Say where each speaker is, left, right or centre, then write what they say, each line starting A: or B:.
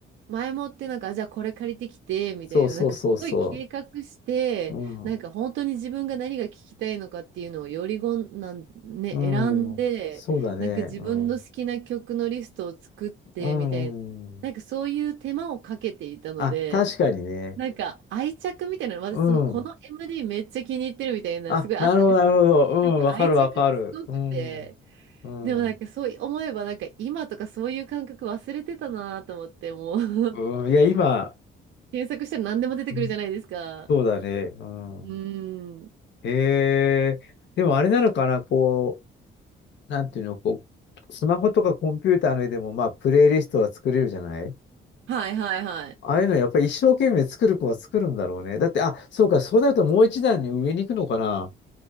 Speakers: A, on the right; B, on the left.
A: 前もってなんか、あじゃあこれ借りてきて、みたいな、
B: そうそうそうそ
A: なんかすごい計画して、
B: う。うん。
A: なんか本当に自分が何が聞きたいのかっていうのをよりごんなん、ね、
B: うん。
A: 選んで、
B: そうだね。
A: なんか自分の好きな曲のリストを作って、
B: うん。うん。
A: みたいな、なんかそういう手間をかけていたので、
B: あ、確かにね。
A: なんか愛着みたいなの、私そのこの
B: うん。
A: MD めっちゃ気に入ってるみたいな、
B: あ、
A: すごいあったんですよ。
B: なるほど、なるほど。うん、
A: なんか愛着がすごくて、
B: わかる、わかる。うん。うん。
A: でもなんかそう思えばなんか今とかそういう感覚忘れてたなと思ってもう
B: うん、いや、今、
A: 検索したら何でも出てくるじゃないですか。
B: うんそうだね。うん。
A: うーん。
B: へえ。でも、あれなのかな、こう、なんていうの、こう、スマホとかコンピューターの上でも、まあ、プレイリストは作れるじゃない
A: はいはいはい。
B: ああいうの、やっぱり一生懸命作る子は作るんだろうね。だって、あ、そうか、そうなるともう一段に上に行くのかな。